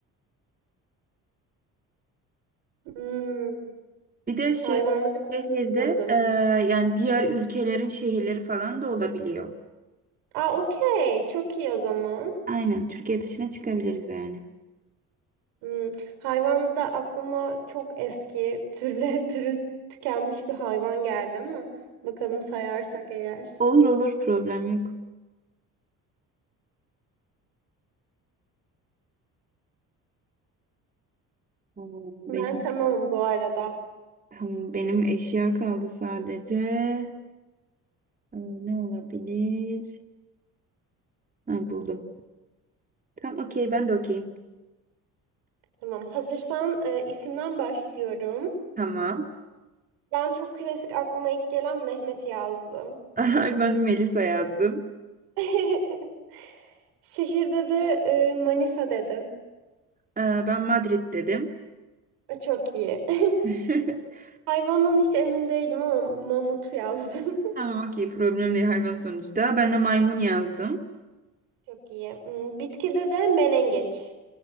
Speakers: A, on the right; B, on the right.
A: Hmm,
B: Bir de şey
A: hayvanda bir
B: şehirde
A: kıldım.
B: e, yani diğer ülkelerin şehirleri falan da olabiliyor.
A: Aa okey. Çok iyi o zaman.
B: Aynen Türkiye dışına çıkabiliriz yani.
A: Hmm, hayvanda aklıma çok eski türle <laughs> türü tükenmiş bir hayvan geldi ama bakalım sayarsak eğer.
B: Olur olur problem yok. Ee,
A: Ben
B: Benim
A: tamamım bu arada.
B: tamam, benim eşya kaldı sadece. Ee, Ne olabilir? Ha, buldum. Tamam okey ben de okeyim.
A: Tamam. Hazırsan e, isimden başlıyorum.
B: Tamam.
A: Ben çok klasik aklıma ilk gelen Mehmet yazdım.
B: <laughs> Ay, Ben Melisa yazdım.
A: <laughs> Şehirde de e, Manisa dedim.
B: Ee, Ben Madrid dedim.
A: E, Çok iyi. <laughs>
B: <laughs>
A: Hayvandan hiç emin değilim ama mamutu yazdım.
B: Tamam okey problem değil hayvan sonuçta. Ben de maymun yazdım.
A: <laughs> Çok iyi. Hmm, Bitkide de menengeç.